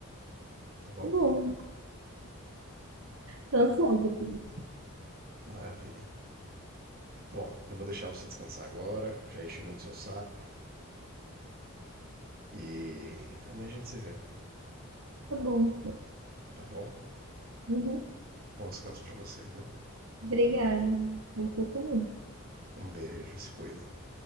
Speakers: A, on the right; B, on the right.
A: tá bom?
B: Tá Bom, Tô ansiosa por isso.
A: Maravilha. Bom, eu vou deixar você descansar agora. Já enchi muito seu saco. E amanhã a gente se vê,
B: Tá bom.
A: tá bom?
B: Uhum.
A: Bom descanso pra você, viu?
B: Obrigada. Você também.
A: Um beijo, se cuida.